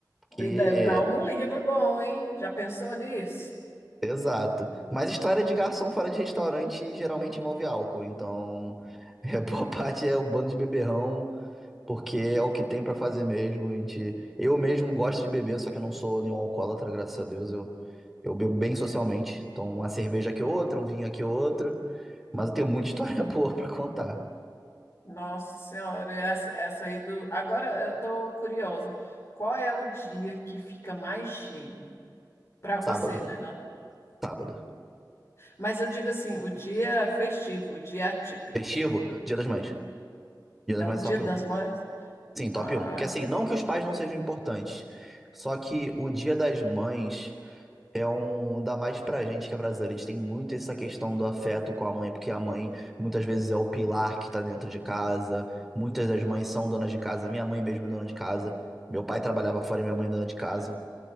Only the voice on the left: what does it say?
E deve dar um livro bom, hein? Já pensou nisso?
Nossa Senhora, essa, essa aí do. Agora eu tô curiosa. Qual é o dia que fica mais cheio? Para você,
né? né?
Mas eu digo assim, o dia festivo, o dia atípico,
é
o Dia
das
Mães.
Ah,